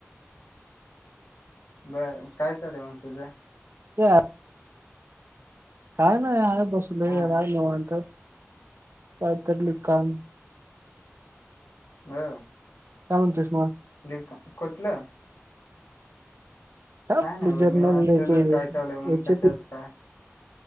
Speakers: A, on the left; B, on the right.
A: बर, काय चालू हाय मग तुझं?
B: ह <unintelligible> काय नाही या आलो बसलं
A: हा
B: निवांत काहीतली <unintelligible> काम
A: ह
B: का म्हनचत
A: नि अ का कुठलं
B: आपली
A: काय नाही बण
B: जर्नल
A: आणि
B: लिहायचे
A: तुझंच काय चालूय मग
B: याचे
A: कशाचं काय